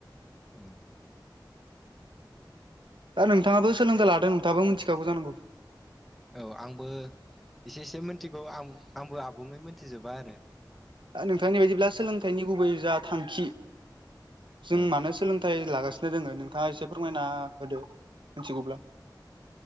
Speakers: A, in the centre; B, on the right.
A: औ
B: दा नोंथाङाबो सोलोंथाइ लादों नोंथाङाबो मिथिखागौ जानांगौ
A: औ आंबो एसे एसे मिथिगौ आ आंबो आबुङै मोनथिजोबा आरो
B: नोंथांनि बायदिब्ला सोलोंथाइनि गुबै जा थांखि जों
A: औ
B: मानो सोलोंथाइ लागासिनो दोङो नोंथाङा एसे फोरमायना होदो मिथिगौब्ला